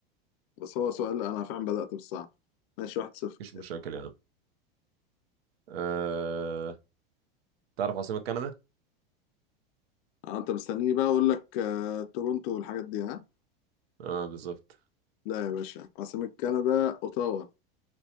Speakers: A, on the left; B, on the right.
A: بس هو سؤال انا فعلا بدات بالصعب ماشي واحد صفر
B: مفيش مشاكل يا عم أه... تعرف عاصمة كندا؟
A: آه، انت مستنيني بقى اقول لك آه... تورونتو والحاجات دي ها
B: اه بالظبط
A: لا يا باشا عاصمه كندا اوتاوا